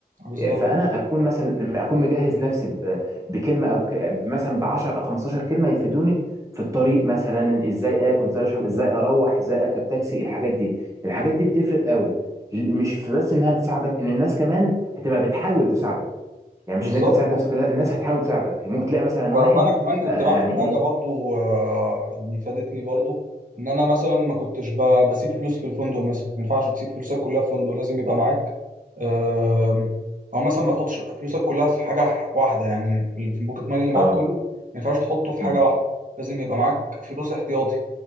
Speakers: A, on the right; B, on the right.
A: بالظبط
B: فانا اكون مثلا اكون مجهز نفسي ب- بكلمه او ك- مثلا ب 10 او 15 كلمه يفيدوني في الطريق مثلا ازاي اكل ازاي اشرب ازاي اروح ازاي اركب تاكسي الحاجات دي الحاجات دي بتفرق قوي مش في بس انها تساعدك ان الناس كمان هتبقى بتحاول تساعدك يعني مش
A: بالظبط
B: ان انت تساعد نفسك لا الناس هتحاول تساعدك ممكن تلاقي مثلا
A: و-
B: واحد
A: وانا كمان كنت
B: آه،
A: بعمل
B: يعني ايه
A: حاجه برضو آه، يعني فادتني برضو ان انا مثلا ما كنتش ب- بسيب فلوس في الفندق مثلا ما ينفعش تسيب فلوسك كلها في فندق لازم يبقى معاك آم، او مثلا ما تحطش فلوسك كلها في حاجه ح- واحده يعني البوكيت ماني اللي معاك
B: اه
A: كله ما ينفعش تحطه في حاجه
B: امم
A: واحده لازم يبقى معاك فلوس احتياطي